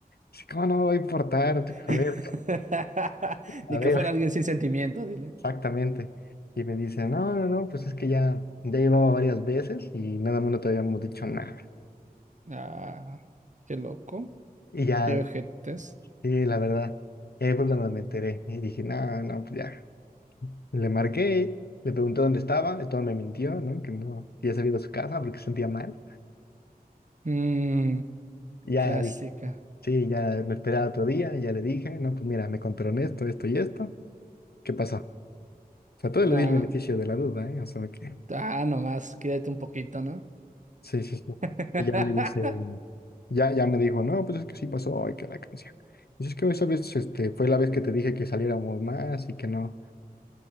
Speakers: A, on the left; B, on the right.
A: sí, ¿cómo no me va a importar? A
B: <laughs>
A: ver, a
B: Ni
A: ver,
B: que fuera alguien sin sentimientos, dile.
A: exactamente. Y me dice, no, no, no, pues es que ya, ya llevaba varias veces y nada más no te habíamos dicho nada.
B: Ah, qué loco.
A: Y ya,
B: Qué ojetes.
A: sí, la verdad, y ahí fue cuando me enteré y dije, no, no, pues ya. Le marqué, le pregunté dónde estaba, esto me mintió, ¿no? Que no, que ya se había ido a su casa porque se sentía mal.
B: Mm,
A: Y ya
B: clásica.
A: dije, sí, ya me esperaba otro día, y ya le dije, no, pues mira, me contaron esto, esto y esto. ¿Qué pasó? O sea, todo le
B: Ah,
A: di el beneficio de la duda, ¿eh? O sea, que
B: Ah, nomás, quédate un poquito, ¿no?
A: sí, sí, sí.
B: <laughs>
A: Y ya me dice, mm, ya, ya me dijo, no, pues es que sí pasó, ay, que la canción. Y es que esa vez, este, fue la vez que te dije que saliéramos más y que no,